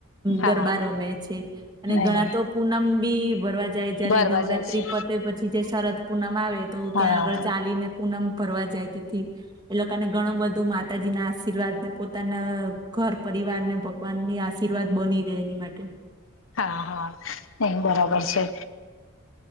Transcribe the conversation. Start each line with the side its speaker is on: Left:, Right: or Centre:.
Left: હા
Right: ગરબા રમે છે અને
Left: નહી
Right: ઘણા
Left: નહી
Right: તો પૂનમ બી ભરવા જાય જયારે
Left: ભરવા
Right: નવરાત્રી
Left: જાય છે
Right: પ પછી જે શરદ પૂનમ આવે તો
Left: હા
Right: ત્યાં આગળ ચાલીને પૂનમ ભરવા જાય તેથી એ લોકોને ઘણું બધું માતાજી ના આશીર્વાદ પોતાના ઘર પરિવારને ભગવાનની આશીર્વાદ બની રહે એની માટે
Left: હા હા ન બરાબર છે.